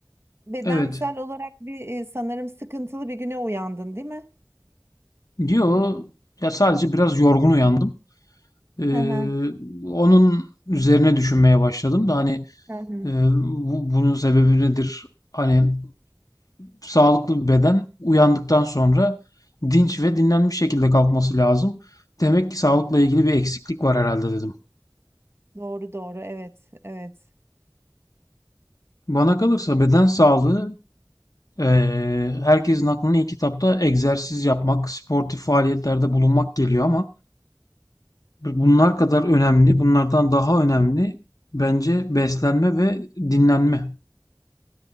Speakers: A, on the right; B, on the left.
A: bedensel
B: evet.
A: olarak bir e, sanırım sıkıntılı bir güne uyandın değil mi?
B: Yo ya sadece biraz yorgun uyandım. Ee,
A: Hı hı.
B: onun üzerine düşünmeye başladım da hani
A: Hı hı.
B: e, bu- bunun sebebi nedir? Hani sağlıklı bir beden uyandıktan sonra dinç ve dinlenmiş şekilde kalkması lazım. Demek ki sağlıkla ilgili bir eksiklik var herhalde dedim.
A: Doğru doğru evet evet.
B: Bana kalırsa beden sağlığı e, herkesin aklına ilk kitapta egzersiz yapmak, sportif faaliyetlerde bulunmak geliyor ama Bunlar kadar önemli, bunlardan daha önemli bence beslenme ve dinlenme.